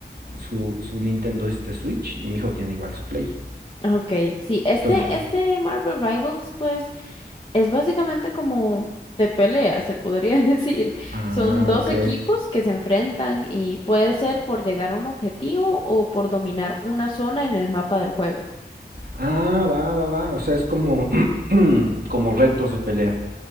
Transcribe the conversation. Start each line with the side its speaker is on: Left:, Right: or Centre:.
Right: su, su Nintendo este Switch y mi hijo tiene igual su Play.
Left: Ok, sí, este,
Right: Entonces,
Left: este Marvel Rivals, pues, es básicamente como de pelea, se podría <laughs> decir.
Right: ah,
Left: Son dos
Right: ok.
Left: equipos que se enfrentan y puede ser por llegar a un objetivo o por dominar una zona en el mapa del juego.
Right: Ah, va, va, va. O sea, es como, <clears throat> como retos de pelea,